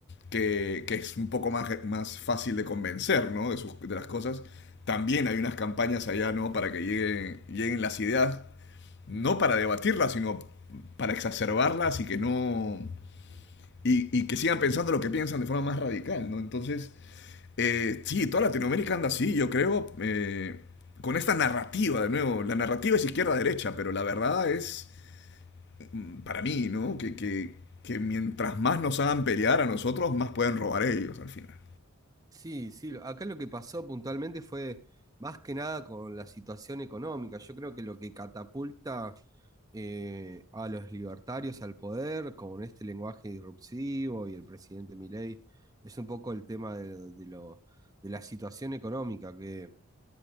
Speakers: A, on the left; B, on the right.
A: que, que es un poco más, más fácil de convencer, ¿no? De, sus, de las cosas. También hay unas campañas allá, ¿no? Para que lleguen, lleguen las ideas no para debatirlas, sino para exacerbarlas y que no. Y, y que sigan pensando lo que piensan de forma más radical, ¿no? Entonces, eh, sí, toda Latinoamérica anda así, yo creo, eh, con esta narrativa, de nuevo. La narrativa es izquierda-derecha, pero la verdad es, mm, para mí, ¿no? Que, que, que mientras más nos hagan pelear a nosotros, más pueden robar ellos al final.
B: Sí, sí, acá lo que pasó puntualmente fue más que nada con la situación económica. Yo creo que lo que catapulta eh, a los libertarios al poder con este lenguaje disruptivo y el presidente Milei es un poco el tema de, de lo, de la situación económica, que